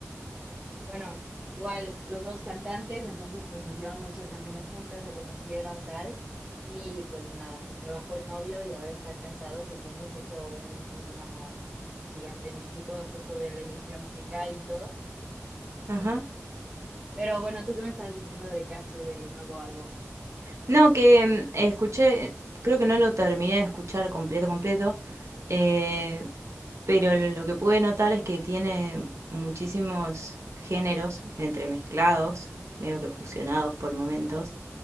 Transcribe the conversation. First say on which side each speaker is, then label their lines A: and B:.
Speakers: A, on the right; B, on the right.
A: bueno, igual los dos cantantes, entonces pues hicieron muchas canciones juntas, se conocieron tal, y pues nada, le bajó el novio y ahora están casados, entonces se hizo un dramón gigante en México, justo de la industria musical y todo
B: Ajá.
A: eso. Pero bueno, ¿tú qué me estás diciendo de caso del nuevo álbum?
B: No, que mm, escuché, creo que no lo terminé de escuchar completo, completo, eh, pero lo, lo que pude notar es que tiene muchísimos géneros entremezclados, medio que fusionados por momentos,